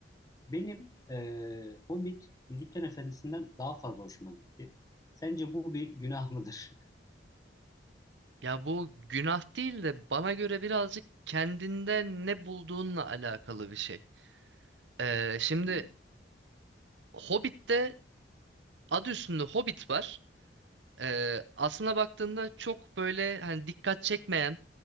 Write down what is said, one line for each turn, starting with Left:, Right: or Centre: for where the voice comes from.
Left: Benim e, Hobbit Yüzüklerin Efendisi'nden daha fazla hoşuma gitti. Sence bu bir günah mıdır? <laughs>
Right: Ya bu günah değil de bana göre birazcık kendinde ne bulduğunla alakalı bir şey. Ee, şimdi
Left: Hmm,
Right: Hobbit'te adı üstünde Hobbit var. Ee, aslına baktığında çok böyle hani dikkat çekmeyen